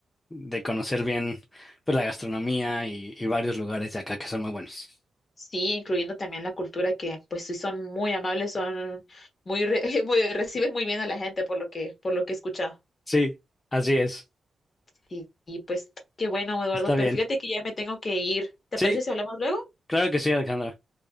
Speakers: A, on the left; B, on the left.
A: de conocer bien pues la gastronomía y, y varios lugares de acá que son muy buenos.
B: Sí, incluyendo también la cultura que pues sí son muy amables, son muy, re- <laughs> muy reciben muy bien a la gente por lo que por lo que he escuchado.
A: Sí, así es.
B: Y, y pues qué bueno, Eduardo,
A: Está
B: pero
A: bien.
B: fíjate que ya me tengo que ir. ¿Te
A: Sí,
B: parece si hablamos luego?
A: claro que sí, Alejandra.